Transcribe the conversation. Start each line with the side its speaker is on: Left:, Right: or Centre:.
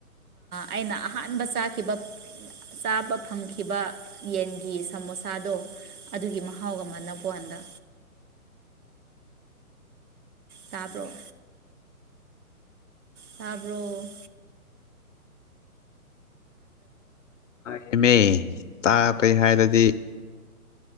Right: ꯑꯩꯅ ꯑꯍꯥꯟꯕ ꯆꯥꯈꯤꯕ ꯆꯥꯕ ꯐꯪꯈꯤꯕ ꯌꯦꯟꯒꯤ ꯁꯃꯣꯁꯥꯗꯣ ꯑꯗꯨꯒꯤ ꯃꯍꯥꯎꯒ ꯃꯥꯟꯕꯣꯟꯗ ꯇꯥꯔꯕꯣ ꯇꯥꯔꯕꯣ
Left: ꯇꯥꯃꯦ ꯇꯥꯄꯩ ꯍꯥꯏꯔꯗꯤ